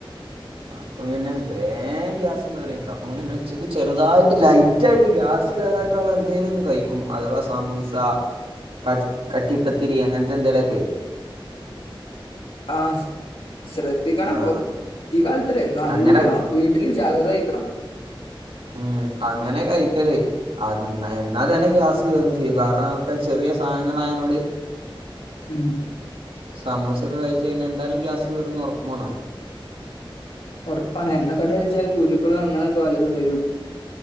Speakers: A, on the right; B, on the left.
A: അപ്പ പിന്നെ വേഗമം ഗ്യാസും കേറ അപ്പച്ചക്ക് ചെറുതായിട്ട് ലൈറ്റ് ആായിട്ട് ഗ്യാസ് ഗ്യാസ്കേറാക്ക എന്തേലും ഒന്ന് കഴിക്കും അഥവാ സമൂസ കട്ട് കട്ടിപ്പത്തിരി അങ്ങനത്തെ എന്തെലുമൊക്കെ
B: ആ് ശ് ശ്രദ്ധിക്കണംപ്പ
A: ആ
B: ഈ കാലത്തില്ലേ നല്ല
A: അങ്ങനെ
B: വീട്ടില് ജാഗ്രത ആയിരിക്കണം.
A: ഉം അങ്ങനെ കഴിക്കല് അതന്ന് എ എന്നാ തന്നെ ഗ്യാസ് കയറും ചെയ്യും കാരണംക്കെ ചെറിയ സ സാനങ്ങളായതിനോട്
B: ഉം
A: സമൂസ ഒക്കെ കഴിച് കഴിഞ്ഞ എന്തായാലും ഗ്യാസ് കേറൂന്ന് ഉറപ്പ പോണല്ലോ
B: ഉറപ്പാണ് എണ്ണ കടി കഴിച്ചാൽ കുരുക്കളും അങ്ങനെയൊക്കെ വല്ലതും വരും